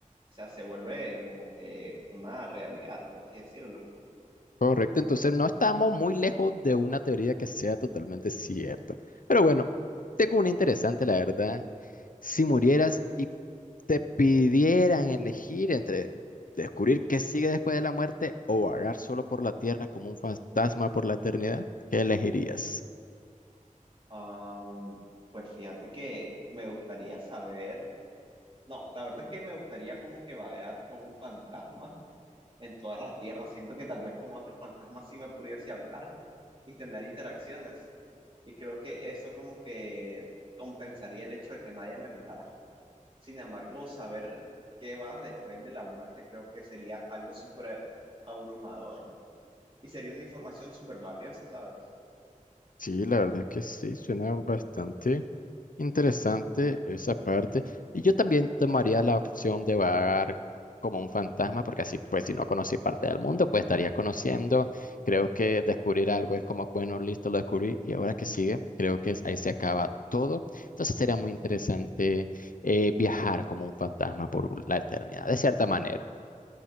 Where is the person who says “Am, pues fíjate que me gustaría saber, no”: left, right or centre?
Right